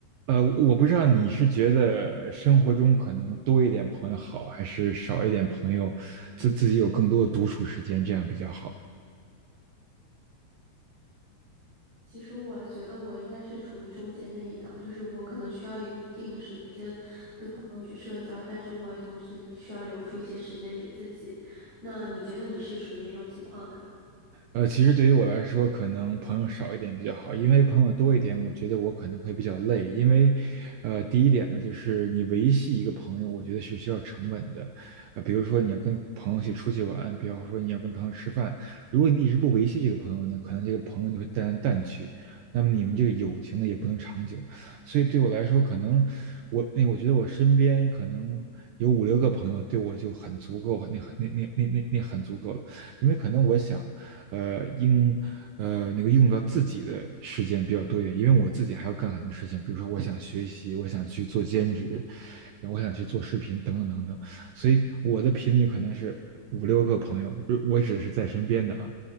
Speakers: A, on the right; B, on the right.
A: 呃，我不知道你是觉得生活中可能多一点朋友好，还是少一点朋友，自自己有更多的独处时间，这样比较好。
B: 其实我觉得我应该是处于中间那一档，就是我可能需要一定的时间跟朋友去社交，但是我也同时需要留出一些时间给自己。那你觉得你是属于哪种情况呢？
A: 呃，其实对于我来说，可能朋友少一点比较好，因为朋友多一点，我觉得我可能会比较累。因为，呃，第一点呢，就是你维系一个朋友，我觉得是需要成本的。呃，比如说你要跟朋友去出去玩，比方说你要跟朋友吃饭，如果你一直不维系这个朋友呢，可能这个朋友就会淡来淡去，那么你们这个友情呢也不能长久。所以对我来说，可能我那我觉得我身边可能有五六个朋友，对我就很足够，那很那那那那那很足够了，因为可能我想。呃应呃那个用到自己的时间比较多一点，因为我自己还要干很多事情，比如说我想学习，我想去做兼职，然后我想去做视频等等等等，所以我的频率可能是五六个朋友，我指的是在身边的啊。